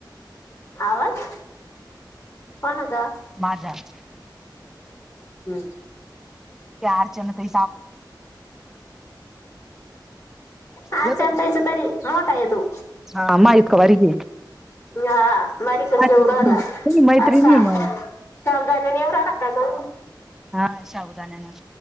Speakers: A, on the left; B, in the centre.
A: आवाज कोण होता.
B: माझार.
A: हम्म.
B: चार जन ते.
A: अर्चना
B: येतो
A: ताईच्यात. तरी आला का येदु.
B: हा मा इतका बारीक आहे.
A: हा बारी खर्च एवढा
B: तुम्ही
A: आला.
B: मैत्रिणी
A: असा
B: मग
A: सावधान नेवरा टाका का.
B: हा साबूदा नना.